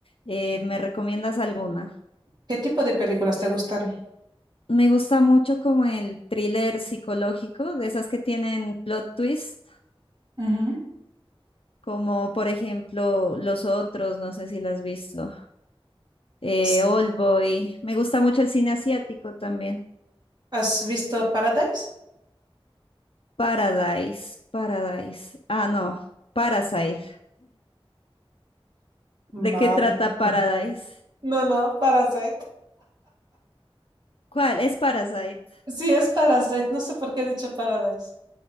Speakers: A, on the left (about 70°); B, on the right (about 45°).
A: Eh, ¿me recomiendas alguna?
B: ¿Qué tipo de películas te gustan?
A: Me gusta mucho como el thriller psicológico, de esas que tienen plot twist,
B: Ujú.
A: como por ejemplo Los Otros, no sé si las has visto, eh,
B: S-
A: Oldboy. Me gusta mucho el cine asiático también.
B: ¿Has visto Paradise?
A: Paradise, Paradise. Ah, no, Parasite. ¿De
B: Madre
A: qué trata
B: mía.
A: Paradise?
B: No, no, Parasite.
A: ¿Cuál? Es Parasite.
B: Sí, es Parasite. No sé por qué he dicho Paradise.